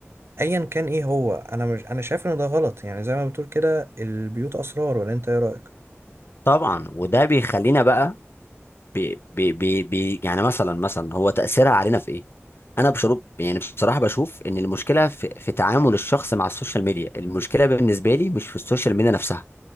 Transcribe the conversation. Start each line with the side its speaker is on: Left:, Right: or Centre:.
Right: ايا كان ايه هو انا مش انا شايف ان ده غلط يعني زي ما بتقول كده البيوت اسرار ولا انت ايه رايك
Left: طبعا وده بيخلينا بقى بي بي بي بي يعني مثلا مثلا هو تأثيرها علينا في ايه؟ انا بشرب يعني بصراحة بشوف ان المشكلة في, في تعامل الشخص مع السوشيال ميديا المشكلة بالنسبة لي مش في السوشيال ميديا نفسها